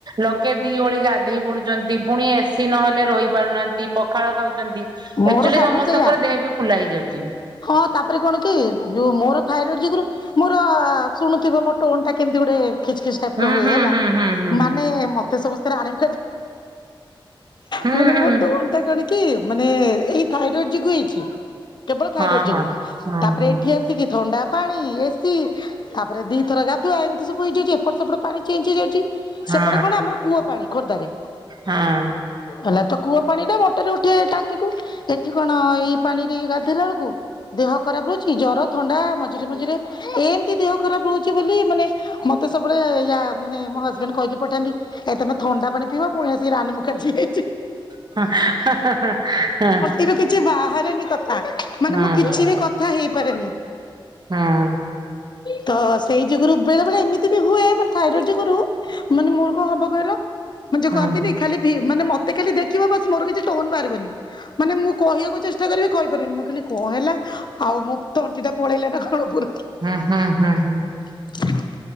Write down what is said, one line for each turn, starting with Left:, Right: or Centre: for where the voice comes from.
Right: ଲୋକେ ଦି ଓଳି ଗାଧେଇ ପଡୁ <unintelligible> ପୁଣି ଏସି ନହେଲେ ରହି ପାରୁନାହାନ୍ତି, ପଖାଳ ଖାଉଛନ୍ତି,
Left: ମୋର
Right: ଏକ୍ ଚୁଲି
Left: ସବୁ
Right: ସମସ୍ତଙ୍କର
Left: ସେଇଆ
Right: ଦେଏ ବି ଫୁଲା ହେଇଯାଉଚି।
Left: ହଁ, ତାପରେ କଣ କି, ଯୋଉ‍ଁ ମୋର ଥାଇରଏଡ ଯୋଗୁରୁ ମୋର ଶୁଣୁଥିବ ମୋ ଟୋନ ଟା କେମତି ଗୋଟେ? ଖିଚ୍ ଖିଚ୍ ଟାଇପ
Right: ହୁଁ
Left: ର ହୁଏ
Right: ହୁଁ
Left: ହେଲା,
Right: ହୁଁ ହୁଁ ହୁଁ।
Left: ମାନେ ମତେ ସମସ୍ତେ ଆରାୟମ
Right: ହୁଁ
Left: ମୋର
Right: ହୁଁ
Left: ମୋଟ କଣ୍ଟା କରିକି ମାନେ ଏଇ ଥାଇରଏଡ୍ ଯୋଗୁଁ ହେଇଛି କେବଳ। ଥାଇରଏଡ୍
Right: ହଁ
Left: ଯୋଗୁ
Right: ହଁ ହଁ
Left: ତାପରେ
Right: ହଁ
Left: ଏଠି ଆସିକି ଥଣ୍ଡା ପାଣି, ଏସି ତାପରେ ଦିଥର ଗାଧୁଆ ଏମତି ସବୁ ହୋଇଯାଇଛି। ଏପଟ ସେପଟ ପାଣି ଚେଞ୍ଜ୍ ହେଇଯାଉଛି।
Right: ହଁ
Left: ସେପଟେ କଣ ଆମର କୂଅ ପାଣି ଖୋର୍ଦ୍ଧାରେ
Right: ହଁ।
Left: ହେଲା ତକ୍। କୂଅ ପାଣି ଟା ମୋଟରରେ ଉଠେ ଟାଙ୍କିକୁ। ଏଠି କଣ ଏଇ ପାଣି ରେ ଗାଧେଇଲା ବେଳୁକ କୁ ଦେହ ଖରାପ ରହୁଚି ଜର, ଥଣ୍ଡା ମଝିରେ ମଝିରେ ଏମତି ଦେହ ଖରାପ ରହୁଚି ବୋଲି ମାନେ ମତେ ସବୁବେଳେ ୟା ମାନେ ମୋ ହଜବମେଣ୍ଡ କହିକି ପଠାନ୍ତି। ଏତେତ ଥଣ୍ଡା ପାଣି ପିବ ପୁଣି ସେ ରାନି ମୁଖର୍ଜୀ ହୋଇଛି।
Right: ହଁ <unintelligible> ହଁ
Left: ଇର କିଛି ବାହାରେନି କଥା, ମାନେ
Right: ହଁ
Left: ମୁଁ କିଛି
Right: ହଁ ହଁ
Left: ବି କଥା ହେଇପାରେନି।
Right: ହଁ।
Left: ତ ସେଇ ଯୋଗୁରୁ ବେଳେ ବେଳେ ଏମିତି ବି ହୁଏ ମାନେ ଥାଇରଏଡ୍ ଯୋଗୁରୁ। ମାନେ ମୁହଁ ହୋବ କହିଲ ଯେକହନ୍ତିନି
Right: ହଁ ହୁଁ
Left: ଖାଲିକ୍ ତି ମାନେ ମତେ କାଲି ଦେଖିବ ବାସ୍ ମୋର କିଛି ଟୋନ ବାହାରିବନି। ମାନେ ମୁଁ କହିବାକୁ ଚେଷ୍ଟା କରିବି କହିପାରିନି ମୁଁ କହିଲି କଣ ହେଲା? ଆଉ ମୁଁ ତଣ୍ଟି ଟା ପଳେଇଲା ନା କଣ ପୁରା?
Right: ହଁ ହଁ, ହଁ, ହୁଁ।
Left: ହଁ,